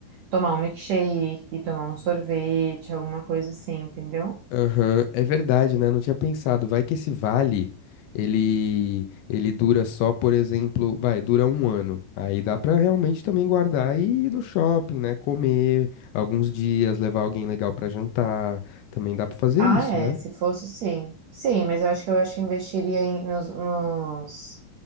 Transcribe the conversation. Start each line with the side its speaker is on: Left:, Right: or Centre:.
Right: tomar um milkshake, tomar um sorvete, alguma coisa assim, entendeu?
Left: Aham, é verdade, né? Não tinha pensado. Vai que esse vale, ele ele dura só, por exemplo, vai, dura um ano. Aí dá pra realmente também guardar e ir no shopping, né? Comer alguns dias, levar alguém legal pra jantar. Também dá pra fazer
Right: Ah,
Left: isso,
Right: é,
Left: né?
Right: se fosse, sim. Sim, mas eu acho que eu acho que investiria em, nos, nos